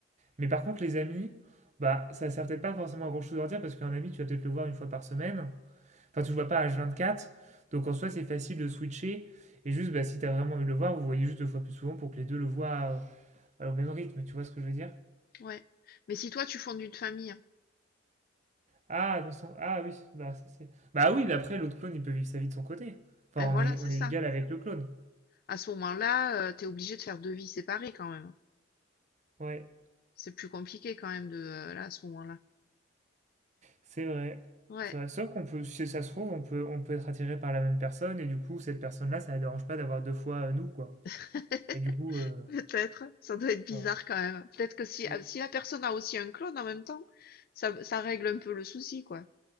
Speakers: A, on the right; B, on the left.
A: Mais par contre, les amis, bah, ça sert peut-être pas forcément à grand-chose de leur dire, parce qu'un ami, tu vas peut-être le voir une fois par semaine. Enfin, tu le vois pas à vingt-quatre, donc en soi, c'est facile de switcher. Et juste, bah, si t'as vraiment envie de le voir, vous voyez juste deux fois plus souvent pour que les deux le voient euh, au même rythme, tu vois ce que je veux dire?
B: ouais. Mais si toi, tu fondes une famille, hein,
A: Ah, dans son ah oui, bah ça c'est bah oui, mais après l'autre clone, il peut vivre sa vie de son côté. Enfin,
B: eh, voilà,
A: on est
B: c'est
A: on est
B: ça.
A: égal avec le clone.
B: À ce moment-là, tu es obligé de faire deux vies séparées quand même. hein.
A: Ouais,
B: C'est plus compliqué quand même de euh, là à ce moment-là.
A: c'est vrai.
B: Ouais,
A: C'est vrai. Sauf qu'on peut, si ça se trouve, on peut on peut être attiré par la même personne et du coup, cette personne-là, ça la dérange pas d'avoir deux fois euh, nous quoi.
B: <laughs>
A: Et du coup, euh,
B: peut-être. Ça doit être bizarre
A: voilà.
B: quand même. Peut-être que si,
A: Euh,
B: ah, si la personne a aussi un clone en même temps, ça, ça règle un peu le souci, quoi.